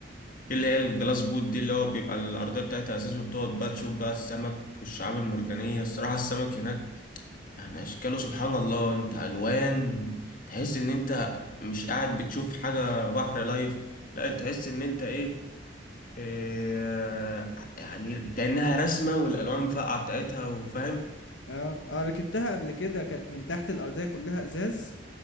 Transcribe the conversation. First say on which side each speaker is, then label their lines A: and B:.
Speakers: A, on the left (about 50°); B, on the left (about 80°).
A: في اللي هي الجلاس بوت دي اللي هو بيبقى الارضيه بتاعتها اساس وبتقعد بقى تشوف بقى السمك والشعاب المرجانيه الصراحه السمك هناك يعني اشكاله سبحان الله انت الوان تحس ان انت مش قاعد بتشوف حاجه بحر لايف لا تحس ان انت ايه آه، يعني كأنها رسمة والألوان فاقعة بتاعتها وفاهم
B: آه، آه، ركبتها قبل كده كانت من تحت الأرضية كلّها إزاز،